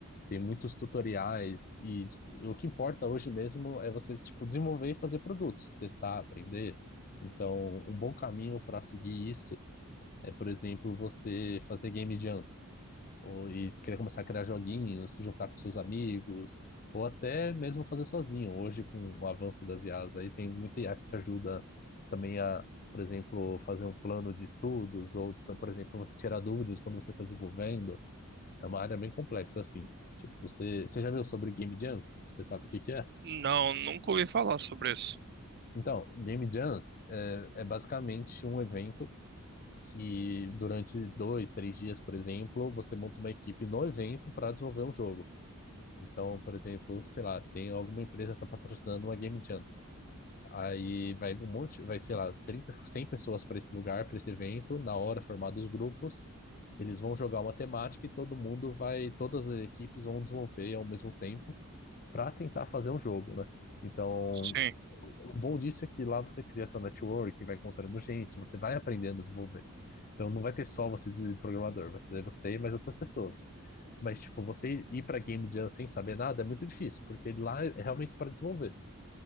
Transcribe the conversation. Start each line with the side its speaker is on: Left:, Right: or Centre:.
Left: tem muitos tutoriais e o que importa hoje mesmo é você, tipo, desenvolver e fazer produtos, testar, aprender. Então, um bom caminho para seguir isso é, por exemplo, você fazer game jams ou, e querer começar a criar joguinhos, se juntar com seus amigos, ou até mesmo fazer sozinho. Hoje, com o avanço das IAs, aí tem muita IA que te ajuda também a, por exemplo, fazer um plano de estudos, ou, t- por exemplo, você tirar dúvidas quando você está desenvolvendo. É uma área bem complexa, assim. Tipo, você, você já viu sobre Game Jams? Você sabe o que que é?
Right: Não, nunca ouvi falar sobre isso.
Left: Então, Game Jams é, é basicamente um evento que durante dois, três dias, por exemplo, você monta uma equipe no evento para desenvolver um jogo. Então, por exemplo, sei lá, tem alguma empresa que tá patrocinando uma Game Jam. Aí vai um monte, vai, sei lá, trinta cem pessoas para esse lugar, para esse evento, na hora formados os grupos, eles vão jogar uma temática e todo mundo vai, todas as equipes vão desenvolver ao mesmo tempo para tentar fazer um jogo, né? Então,
Right: Sim,
Left: o bom disso é que lá você cria seu network, vai encontrando gente, você vai aprendendo a desenvolver. Então, não vai ter só você de programador, vai ter você e mais outras pessoas. Mas, tipo, você ir pra Game Jam sem saber nada é muito difícil, porque lá é realmente para desenvolver.